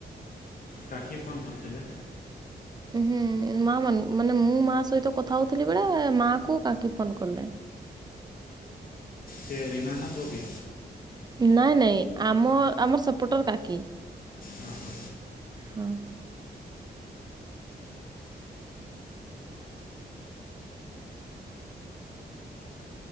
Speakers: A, on the left; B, on the right.
A: ରାକ୍ଷୀ ଫୋନ୍ କରିଥିଲେ।
B: ହୁଁ ମା ମ ମାନେ ମୁଁ ମା ସହିତ କଥା ହଉଥିଲି ବେଳେ ମାଆ କୁ କାକି ଫୋନ୍ କଲେ।
A: କେ ରିନା ନା ବବି?
B: ନାଇଁ ନାଇଁ ଆମ ଆମର ସେପଟର କାକି।
A: ଅହଁ।
B: ହଁ।